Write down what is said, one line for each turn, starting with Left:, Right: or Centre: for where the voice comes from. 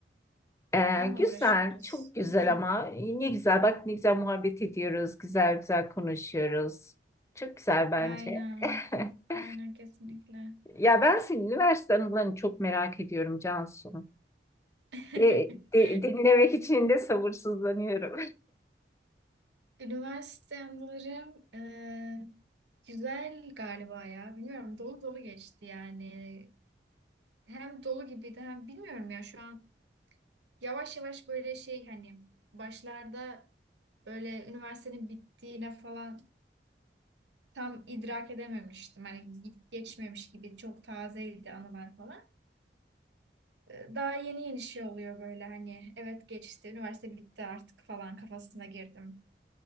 Left: Ee,
Right: Onunla
Left: güzel,
Right: uğraşıyoruz.
Left: çok güzel
Right: <laughs>
Left: ama ne güzel. Bak ne güzel muhabbet ediyoruz, güzel güzel konuşuyoruz. Çok güzel bence.
Right: Aynen.
Left: <laughs>
Right: Aynen kesinlikle.
Left: Ya ben senin üniversite anılarını çok merak ediyorum Cansu.
Right: <laughs>
Left: Ve e, dinlemek için de sabırsızlanıyorum.
Right: Üniversite anılarım eee, güzel galiba ya. Bilmiyorum dolu dolu geçti yani. Hem dolu gibiydi hem bilmiyorum ya şu an yavaş yavaş böyle şey hani başlarda böyle üniversitenin bittiğine falan tam idrak edememiştim. Hani git geçmemiş gibi çok tazeydi anılar falan. Ee, Daha yeni yeni şey oluyor böyle hani evet geçti üniversite bitti artık falan kafasına girdim.